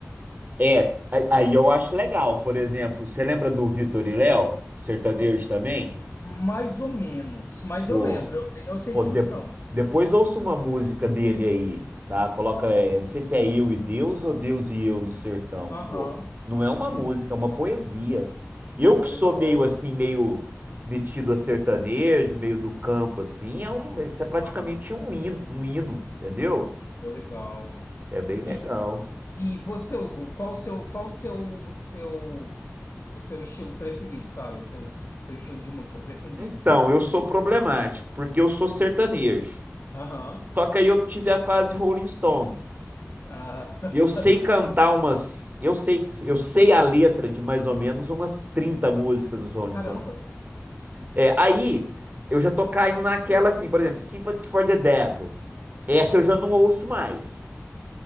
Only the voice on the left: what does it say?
Mais ou menos, mas
eu lembro, eu sei, eu sei
quem
são.
Aham,
Pô,
legal.
Aham,
Pô, legal.
E, e você, Hugo, qual o seu, qual o seu, o seu, o seu estilo preferido, cara? O seu, seu estilo de música preferido?
Aham.
Ah, <laughs>
fazendo-
carambas.